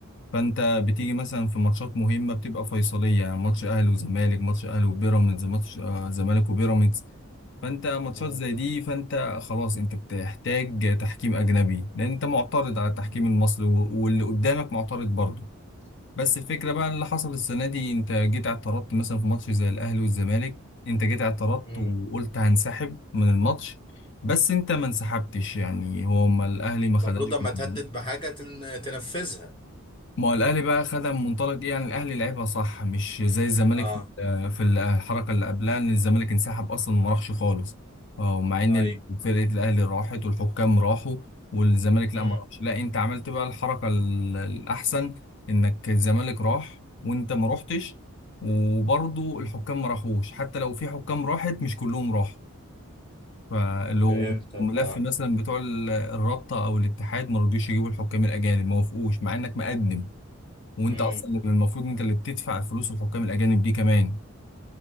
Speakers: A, on the left; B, on the left.
A: فانت
B: مم،
A: بتيجي مثلا في ماتشات مهمه بتبقى فيصليه يعني ماتش اهلي وزمالك ماتش اهلي وبيراميدز ماتش آه، زمالك وبيراميدز فانت ماتشات
B: مم،
A: زي دي فانت خلاص انت بتحتاج تحكيم اجنبي لان انت معترض على التحكيم المصري و- واللي قدامك معترض برضه بس الفكره بقى اللي حصل السنه دي انت جيت اعترضت مثلا في ماتش زي الاهلي والزمالك انت جيت اعترضت
B: مم.
A: وقلت هنسحب من الماتش بس انت ما انسحبتش يعني هو ما الاهلي ما خدش
B: المفروض لما تهدد
A: مم.
B: بحاجه تن- تنفذها
A: ما هو الاهلي بقى خدها من منطلق ايه يعني الاهلي لعبها صح مش زي الزمالك
B: اه
A: في في الحركه اللي قبلها ان الزمالك انسحب اصلا ما راحش خالص اه مع ان
B: ايوه
A: فرقه الاهلي راحت والحكام راحوا والزمالك لا
B: امم
A: ما راحش لا انت عملت بقى الحركه ال- الاحسن انك الزمالك راح وانت ما رحتش وبرضه الحكام ما راحوش حتى لو في حكام راحت مش كلهم راحوا فاللي هو
B: فهمتك
A: ملف
B: اه
A: مثلا بتوع ال- الرابطه او الاتحاد ما رضيوش يجيبوا الحكام الاجانب ما وافقوش مع انك مقدم وانت
B: امم
A: اصلا اللي المفروض انت اللي بتدفع الفلوس الحكام الاجانب دي كمان